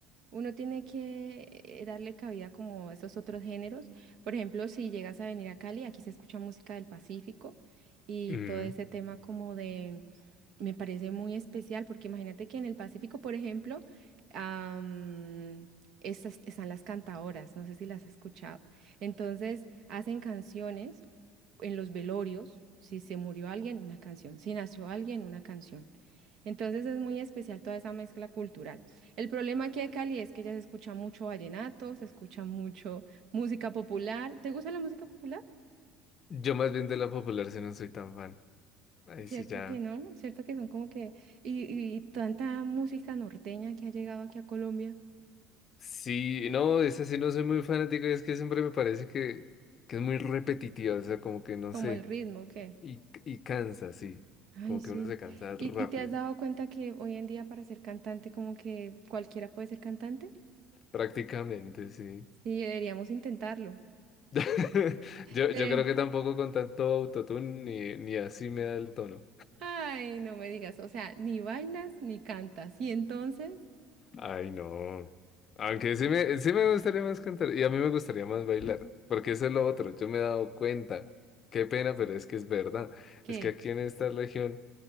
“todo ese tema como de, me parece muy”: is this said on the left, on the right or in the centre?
Right